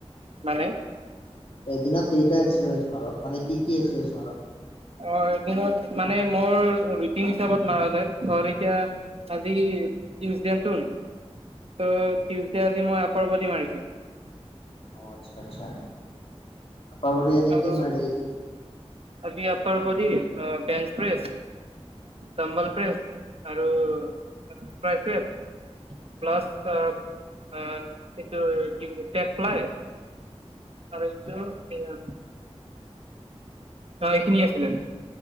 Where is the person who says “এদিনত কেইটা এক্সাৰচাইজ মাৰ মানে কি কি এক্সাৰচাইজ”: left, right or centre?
Left